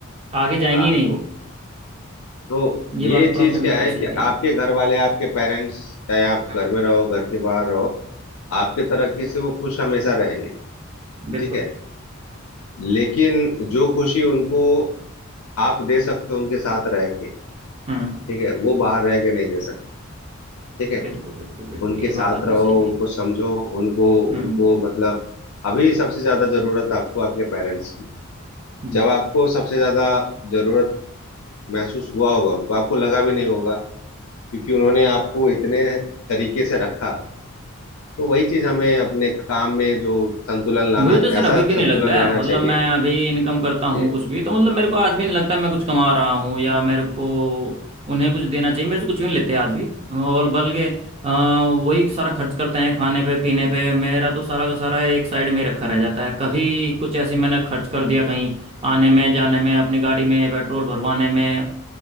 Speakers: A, on the right; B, on the left.
A: आगे जाएंगी
B: हाँ
A: ही नहीं वो
B: तो
A: ये
B: ये
A: बात तो
B: चीज
A: आपने बिल्कुल
B: क्या है
A: सही
B: कि
A: कही
B: आपके
A: है
B: घर वाले आपके पेरेंट्स चाहे आप
A: हाँ
B: घर में रहो घर के बाहर रहो आपके तरक्की से वो खुश हमेशा रहेंगे
A: बिल्कुल
B: ठीक है लेकिन जो खुशी उनको आप दे सकते हो उनके साथ रह के
A: हम्म
B: ठीक है वो बाहर रह के नहीं दे सकते ठीक है
A: बिल्कुल बिल्कुल बिल्कुल
B: उनके
A: ये
B: साथ
A: बात आपने
B: रहो
A: सही कही
B: उनको समझो उनको
A: हम्म
B: उनको मतलब अभी सबसे ज्यादा जरूरत आपको आपके पेरेंट्स की है
A: हम्म
B: जब आपको सबसे ज्यादा जरूरत महसूस हुआ होगा उनको आपको लगा भी नहीं होगा क्योंकि उन्होंने आपको इतने तरीके से रखा तो वही चीज हमें अपने काम में जो संतुलन लाना
A: मुझे तो सर
B: ऐसा
A: अभी भी नहीं
B: संतुलन
A: लगता
B: लाना
A: है मतलब
B: चाहिए
A: मैं अभी इनकम करता
B: जी
A: हूँ कुछ भी तो मतलब मेरे को आज भी नहीं लगता मैं कुछ कमा रहा हूँ या मेरे को उन्हें कुछ देना चाहिए मेरे से कुछ भी नहीं लेते आज भी और बल्कि अ, वही सारा खर्च करते हैं खाने पे पीने पे मेरा तो सारा का सारा एक साइड में रखा रह जाता है कभी कुछ ऐसे मैंने खर्च कर दिया कहीं आने में जाने में अपनी गाड़ी में पेट्रोल भरवाने में